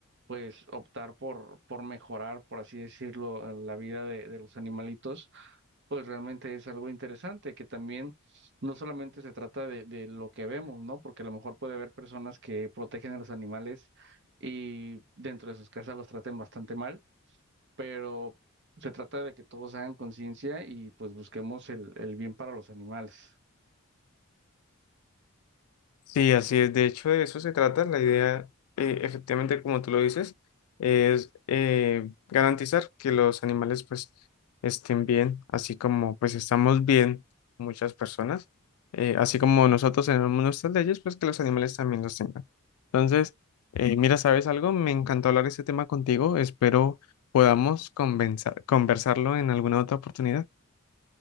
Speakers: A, on the right; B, on the left.
A: pues, optar por, por mejorar, por así decirlo, la vida de de los animalitos pues realmente es algo interesante, que también no solamente se trata de, de lo que vemos, ¿no? Porque a lo mejor puede haber personas que protegen a los animales y dentro de sus casas los traten bastante mal, pero se trata de que todos hagan conciencia y pues busquemos el, el bien para los animales.
B: Sí, así es. De hecho, de eso se trata. La idea, eh, efectivamente, como tú lo dices, es eh, garantizar que los animales pues estén bien, así como pues estamos bien muchas personas, eh, así como nosotros tenemos nuestras leyes, pues que los animales también los tengan. Entonces, eh, mira, ¿sabes algo? Me encantó hablar este tema contigo. Espero podamos convenza- conversarlo en alguna otra oportunidad.